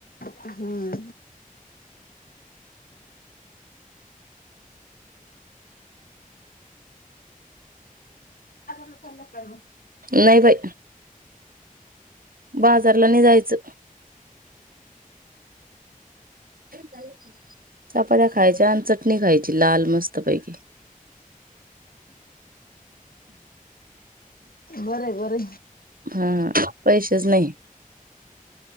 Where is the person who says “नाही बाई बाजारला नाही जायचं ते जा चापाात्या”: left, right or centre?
Right